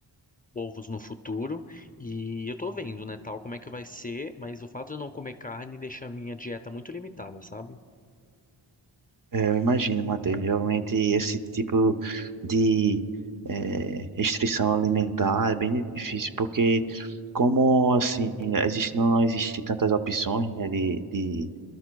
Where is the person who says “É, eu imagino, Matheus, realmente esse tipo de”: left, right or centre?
Right